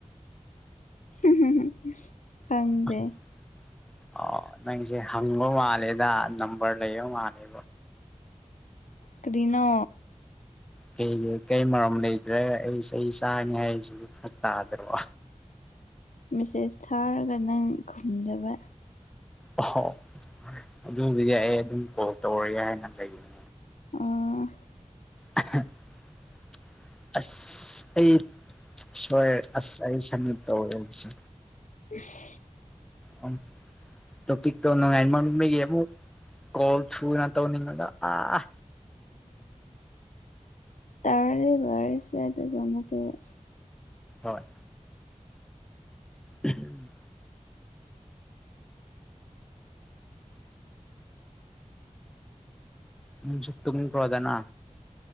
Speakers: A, on the left; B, in the centre.
A: <unintelligible> ꯈꯪꯗꯦ
B: <unintelligible> ꯅꯪꯁꯦ ꯍꯪꯕ ꯃꯥꯜꯂꯦꯗ ꯅꯝꯕꯔ ꯂꯩꯕ ꯃꯥꯜꯂꯦꯗ
A: ꯀꯔꯤꯅꯣ
B: ꯀꯩꯒꯤ ꯀꯩ ꯃꯔꯝ ꯂꯩꯗ꯭ꯔꯦ ꯑꯩ ꯆꯩ ꯆꯥꯔꯅꯤ ꯍꯥꯏꯁꯤꯕꯨ ꯐ꯭ꯔꯛ ꯇꯥꯗ꯭ꯔꯣ
A: ꯃꯦꯁꯦꯁ ꯊꯥꯔꯒ ꯅꯪ ꯈꯨꯝꯗꯕ
B: ꯑꯣꯍ‌ꯣ ꯑꯗꯨꯒꯤꯗꯤ ꯑꯩ ꯑꯗꯨꯝ ꯀꯣꯜ ꯇꯧꯔꯒꯦ ꯍꯥꯏꯅ ꯂꯩꯕꯅ‌ꯦ
A: ꯑꯥ
B: <unintelligible> ꯑꯁ ꯑꯩ ꯁꯣꯏꯔ‌ꯦ ꯑꯁ ꯑꯩ ꯁꯝꯃꯤꯠ ꯇꯧꯔꯒ‌ꯦ ꯑꯗꯨꯁꯨ
A: <inaudible>
B: ꯑꯝ ꯇꯣꯄꯤꯛꯇ‌ꯣ ꯅꯨꯡꯉꯥꯏ ꯃꯟꯕꯒꯤ ꯑꯃꯨꯛ ꯀꯣꯜ ꯊꯨꯅ ꯇꯧꯅꯤꯡꯉꯒ ꯑꯥ
A: ꯇꯧꯔꯔ‌ꯣꯏ ꯕꯔ‌ꯣꯏꯁꯦ ꯑꯗꯨꯒ ꯑꯃꯨꯛ ꯇꯧꯔꯛ
B: ꯍꯣꯏ ꯎꯝꯍꯨꯝ ꯅꯪꯁꯨ ꯇꯨꯝꯈ꯭ꯔ‌ꯣꯗꯅ